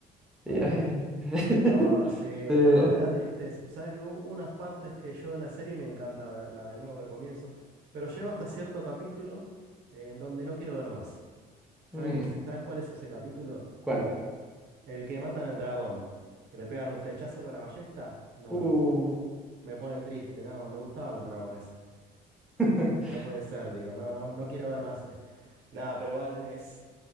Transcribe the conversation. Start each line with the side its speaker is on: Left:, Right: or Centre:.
Centre: Y
Right: Ajá.
Centre: ay, <laughs>
Right: Ah, sí,
Centre: de-
Right: no, me da tristeza. Sabes que hubo unas partes que yo la serie me encanta verla de nuevo al comienzo, pero llego hasta cierto capítulo eh, en donde no quiero ver más. ¿Sabes
Centre: mm,
Right: qué es- ¿Sabes cuál es ese capítulo?
Centre: ¿cuál?
Right: El que matan al dragón, que le pegan un flechazo con la ballesta, no
Centre: Uf.
Right: me gusta. Me pone triste, no, me gustaban los dragones.
Centre: <laughs>
Right: No puede ser, digo, no, no, no quiero ver más. <laughs> Nada, pero igual es.